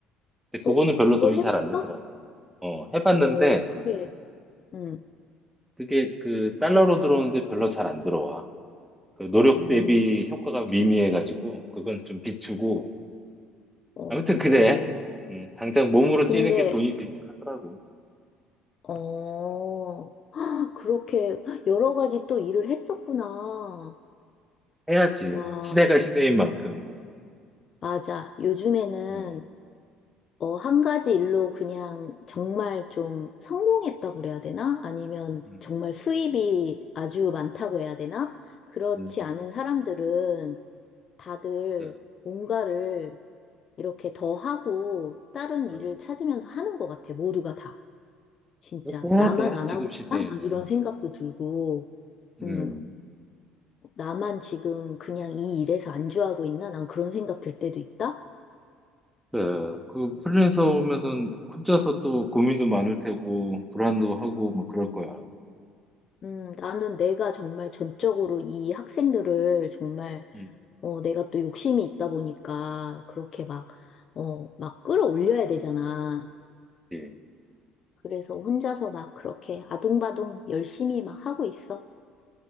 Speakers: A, in the centre; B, on the left.
A: 근데
B: 어,
A: 그거는 별로
B: 그걸
A: 돈이
B: 해봤어?
A: 잘 안 되더라고. 어, 해봤는데
B: 어, 그래. 응
A: 그게 그 달러로 들어오는데 별로 잘 안 들어와. 그 노력
B: 음.
A: 대비 효과가 미미해가지고 그건 좀 비추고
B: 어,
A: 아무튼 그래. 음, 당장 몸으로
B: 근데,
A: 뛰는 게 돈이 들긴 하더라고.
B: 어, 아, 그렇게 여러 가지 또 일을 했었구나.
A: 해야지.
B: 와,
A: 시대가 시대인 만큼.
B: 맞아. 요즘에는
A: 음,
B: 어, 한 가지 일로 그냥 정말 좀 성공했다고 그래야 되나? 아니면
A: 음.
B: 정말 수입이 아주 많다고 해야 되나? 그렇지
A: 음,
B: 않은 사람들은 다들
A: 네,
B: 뭔가를 이렇게 더 하고 다른 일을
A: 맞아.
B: 찾으면서 하는 것 같아, 모두가 다. 진짜.
A: 그렇게 해야
B: 나만
A: 돼.
B: 안
A: 지금
B: 하고
A: 시대에는.
B: 있나? 막 이런 생각도 들고,
A: 음.
B: 음, 나만 지금 그냥 이 일에서 안주하고 있나? 난 그런 생각 들 때도 있다?
A: 그그 프리랜서 오면은 혼자서 또 고민도 많을 테고 불안도 하고 뭐 그럴 거야.
B: 음, 나는 내가 정말 전적으로 이 학생들을 정말
A: 음.
B: 어, 내가 또 욕심이 있다 보니까 그렇게 막, 어, 막 끌어올려야 되잖아.
A: 예.
B: 그래서 혼자서 막 그렇게 아둥바둥 열심히 막 하고 있어.